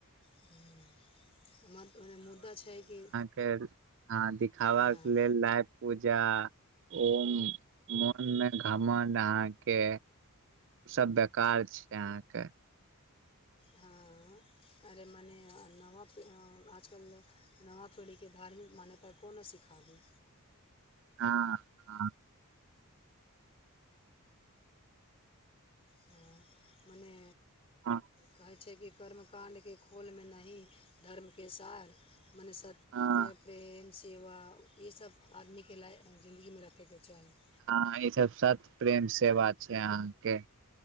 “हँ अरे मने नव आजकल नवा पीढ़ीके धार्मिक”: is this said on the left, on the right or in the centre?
Left